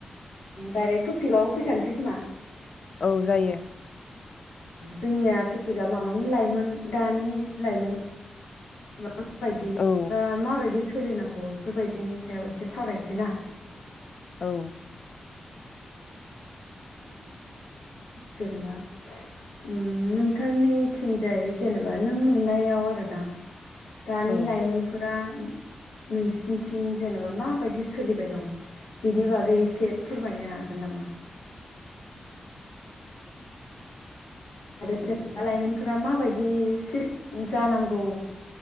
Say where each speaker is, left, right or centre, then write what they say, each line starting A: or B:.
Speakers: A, on the left (about 85°); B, on the left (about 40°).
A: डाइरेक्ट टफिकआवनो फैखानोसै खोमा
B: औ जायो।
A: जोंनिया टपिकआ मामानो लाइमोन दानि लाइमोन। माबायदि
B: औ
A: ओ माबायदि सोलिनांगौ बेफोरबायदिनि सायाव एसे सावरायनोसैना।
B: औ।
A: जेनेबा नोंथांनिथिंजाय जेनेबा नों नुनायाव आरो ना। दानि
B: औ
A: लाइमोनफोरा। नोंसिनिथिं जेनेबा माबायदि सोलिबाय दं बेनि बागै एसे। फोरमायनो हागोन नामा। आरो
B: उम
A: जेनेबा लाइमोनफोरा माबायदि जानांगौ